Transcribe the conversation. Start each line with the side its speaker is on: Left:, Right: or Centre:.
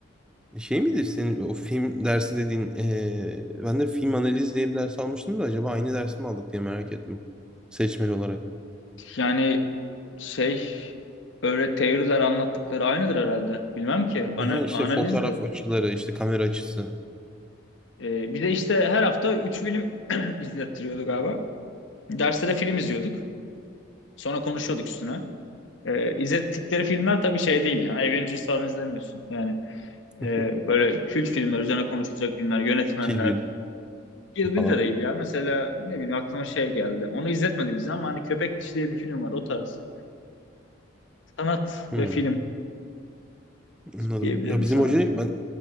Centre: <laughs> Şey midir senin o film dersi dediğin eee, ben de film analiz diye bir ders almıştım da acaba aynı dersi mi aldık diye merak ettim. Seçmeli olarak.
Left: Yani şey öyle teoriler anlattıkları aynıdır herhalde. Bilmem ki ana,
Centre: Aha, işte
Left: analizdi.
Centre: fotoğraf açıları işte kamera açısı.
Left: Ee, bir de işte her hafta 3 film <clears throat> izlettiriyordu galiba. Derste de film izliyorduk. Sonra konuşuyorduk üstüne. Ee, izlettikleri filmler tabii şey değil yani. Avengers falan izlemiyorsun. Yani
Centre: <laughs>
Left: e, böyle kült filmler üzerine konuşulacak filmler, yönetmenler.
Centre: Kill Bill
Left: Kill Bill
Centre: falan.
Left: de değil ya. Mesela ne bileyim aklıma şey geldi. Onu izletmedi bize ama hani Köpek Dişi diye bir film var o tarz. Sanat
Centre: Hmm.
Left: ve film
Centre: Anladım.
Left: diyebilirim
Centre: Ya bizim
Left: sana.
Centre: hocayı ben